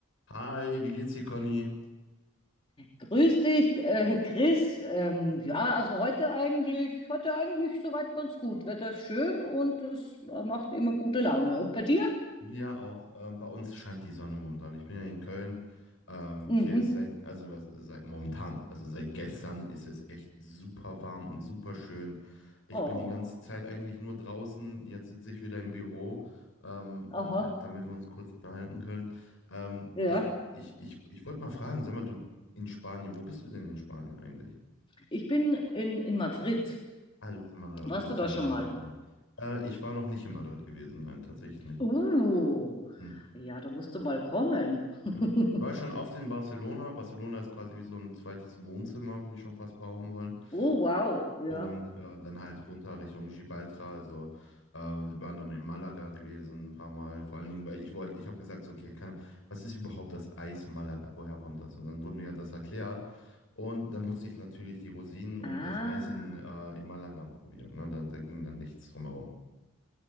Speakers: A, on the left; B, on the left.
A: Hi, wie geht's dir, Conny?
B: Grüß dich, äh, Chris. Ähm, ja, also heute eigentlich, heute eigentlich soweit ganz gut. Wetter ist schön und es äh, macht immer gute Laune. Und bei dir?
A: Ja, auch. Ähm, bei uns scheint die Sonne momentan. Ich bin ja in Köln. Ähm,
B: Mhm.
A: hier ist seit, also was, seit momentan, also seit gestern ist es echt super warm und super schön. Ich
B: Oh,
A: bin die ganze Zeit eigentlich nur draußen. Jetzt sitze ich wieder im Büro, ähm, um
B: aha,
A: halt, damit wir uns kurz unterhalten können. Ähm,
B: ja.
A: ich ich, ich, ich wollte mal fragen, sag mal, du in Spanien, wo bist du denn in Spanien eigentlich?
B: Ich bin in, in Madrid.
A: Also, du bist in Madrid, also
B: Warst
A: ein bisschen
B: du da schon
A: nördlicher.
B: mal?
A: Äh, ich war noch nicht in Madrid gewesen, nein, tatsächlich nicht.
B: Uh,
A: Hm.
B: ja, da musst du mal kommen.
A: Ja.
B: <laughs>
A: Ich war schon oft in Barcelona. Barcelona ist quasi wie so ein zweites Wohnzimmer, würde ich schon fast behaupten wollen.
B: Oh, wow, ja.
A: Und äh, dann halt runter Richtung Gibraltar. Also äh, wir waren dann in Malaga gewesen ein paar Mal. Vor allen Dingen, weil ich wollte, ich habe gesagt, so, okay, keine- was ist überhaupt das Eis Malaga? Woher kommt das? Und dann wurde mir das erklärt. Und dann musste ich natürlich die Rosinen und
B: Ah.
A: das Eis in, äh, in Malaga probieren. Ne? Da, da ging dann nichts drumherum.